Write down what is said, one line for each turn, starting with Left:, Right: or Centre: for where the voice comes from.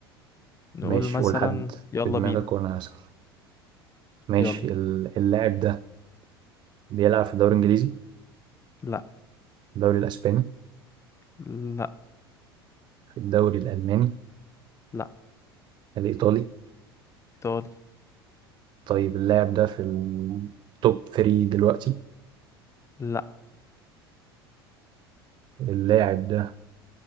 Left: نقول
Right: ماشي
Left: مثلا
Right: قول حد
Left: يلا
Right: في دماغك
Left: بينا
Right: وانا هسأل ماشي
Left: يلا
Right: ال- اللاعب ده بيلعب في الدوري الانجليزي
Left: لا
Right: الدوري الاسباني
Left: لا
Right: الدوري الالماني
Left: لا
Right: الايطالي
Left: ايطالي
Right: طيب اللاعب ده في التوب 3 دلوقتي
Left: لا
Right: اللاعب ده